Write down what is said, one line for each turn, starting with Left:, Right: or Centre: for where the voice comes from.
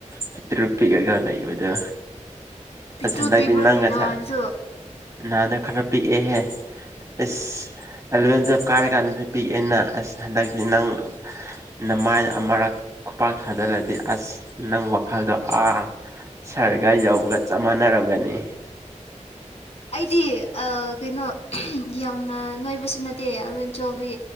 Right: ꯄꯤꯛꯇ꯭ꯔꯨ ꯄꯤꯛꯑꯒ ꯂꯩꯕꯗꯣ
Left: ꯄꯤꯛꯇ꯭ꯔꯨ
Right: ꯑꯁ ꯍꯟꯗꯗꯤ
Left: ꯄꯤꯛꯄ꯭ꯔꯅꯦ
Right: ꯅꯪ ꯒꯁꯦ
Left: ꯅꯍꯥꯟꯁꯨ
Right: ꯅꯍꯥꯟꯅ ꯈꯔ ꯄꯤꯛꯑꯦꯍꯦ ꯏꯁ ꯑꯦꯂꯚꯦꯟ ꯇꯨꯌꯦꯜꯞ ꯀꯥꯔꯀꯥꯟꯗꯁꯨ ꯄꯤꯛ ꯑꯦꯅ ꯑꯁ ꯍꯟꯗꯛꯇꯤ ꯅꯪ ꯅꯃꯥꯏꯗ ꯑꯃꯨꯔꯛ ꯈꯨꯄꯥꯛ ꯊꯥꯖꯤꯜꯂꯗꯤ ꯑꯁ ꯅꯪ ꯋꯥꯈꯜꯗꯣ ꯑꯥ ꯁꯥꯔꯒꯥ ꯌꯧꯒꯅꯤ ꯆꯞ ꯃꯥꯅꯔꯝꯒꯅꯤ
Left: ꯑꯩꯗꯤ ꯑ ꯀꯩꯅꯣ ꯌꯥꯝꯅ ꯅꯣꯏꯕꯁꯨ ꯅꯠꯇꯦ ꯑꯦꯂꯚꯦꯟ ꯇꯨꯌꯦꯜꯞ ꯇꯒꯤ